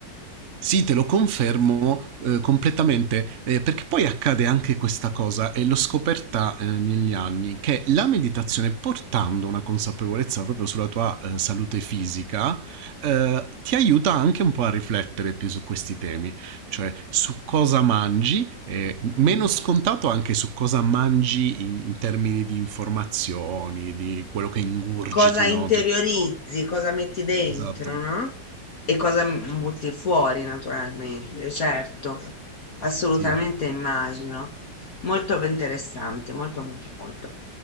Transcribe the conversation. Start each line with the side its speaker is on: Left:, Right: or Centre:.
Right: Sì, te lo confermo eh, completamente, eh, perché poi accade anche questa cosa e l'ho scoperta eh, negli anni, che la meditazione portando una consapevolezza proprio sulla tua eh, salute fisica eh, ti aiuta anche un po' a riflettere più su questi temi, cioè su cosa mangi, eh,
Left: Mm.
Right: meno scontato anche su cosa mangi in, in, termini di informazioni, di quello che ingurgiti,
Left: cosa interiorizzi,
Right: no? Tutto.
Left: cosa metti dentro,
Right: Esatto,
Left: no? E cosa mm,
Right: sì.
Left: butti fuori, naturalmente, certo, assolutamente
Right: Sì.
Left: immagino. Molto interessante, molto, molto, molto.